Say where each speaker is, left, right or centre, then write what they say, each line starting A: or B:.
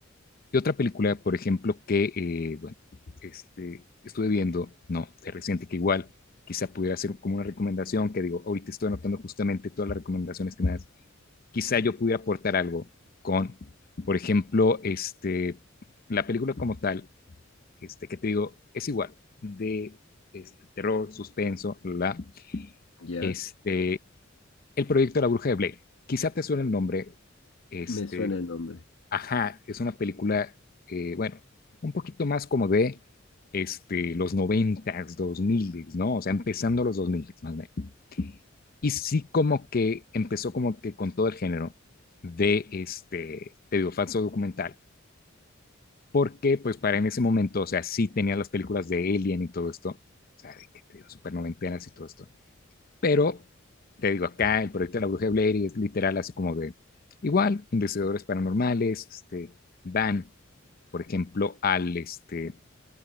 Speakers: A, on the left; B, on the left.
A: Y otra película, por ejemplo, que eh, bueno, este, estuve viendo, no, de reciente, que igual quizá pudiera ser como una recomendación, que digo, ahorita estoy anotando justamente todas las recomendaciones que me das, quizá yo pudiera aportar algo con, por ejemplo, este, la película como tal, este, que te digo, es igual, de este, terror, suspenso, la,
B: ya.
A: este, el proyecto La Bruja de Blake. Quizá te suene el nombre, este,
B: Me suena el nombre.
A: Ajá, es una película, eh, bueno, un poquito más como de este, los noventas, dos miles, ¿no? O sea, empezando los dos miles, más o menos. Y sí como que empezó como que con todo el género de este, te digo, falso documental. Porque, pues, para en ese momento, o sea, sí tenía las películas de Alien y todo esto, o sea, de que te digo, super noventenas y todo esto. Pero, te digo, acá el proyecto de la bruja de Blair es literal así como de, igual, investigadores paranormales, este, van por ejemplo, al este,